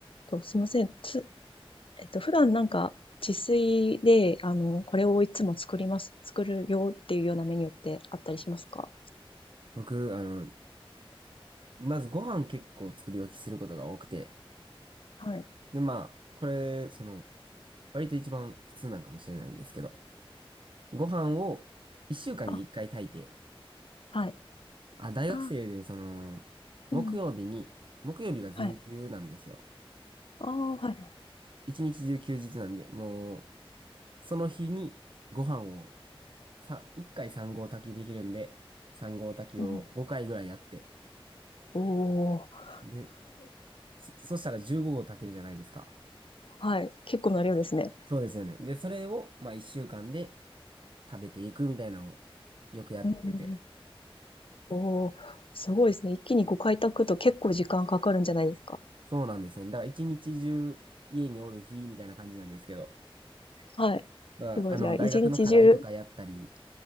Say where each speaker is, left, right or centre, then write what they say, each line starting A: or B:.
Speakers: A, on the left (about 65°); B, on the right (about 55°).
A: と、すいません。つ、えっと、普段なんか自炊で、あの、これをいつも作ります、作るよっていうようなメニューってあったりしますか
B: 僕、あの、まずご飯結構作り置きすることが多くて、
A: はい。
B: で、まあ、これ、その、割と一番普通なんかもしれないんですけど、ご飯を一週間に一回炊いて、
A: あ、はい。
B: あ、大学生で、
A: あ、
B: その、木曜日に、
A: うん。
B: 木曜日が全休なんですよ。
A: はい。ああ、はい。
B: 一日中休日なんで、もう、その日にご飯を、さ、一回3合炊きできるんで、3合炊きを5回ぐらいやって、
A: うん。おー、
B: で、そ、そしたら15合炊けるじゃないですか。
A: はい。結構な量ですね。
B: そうですよね。で、それを、まあ、一週間で、食べていくみたいなのをよくやってて。
A: うん、うんおー、すごいですね。一気にご開拓と結構時間かかるんじゃないですか
B: そうなんですね。だから一日中家におる日みたいな感じなんですけど。
A: はい。
B: まあ、
A: すごい。
B: あの、
A: じゃあ、
B: 大学の課題とかやったり、
A: 一日中、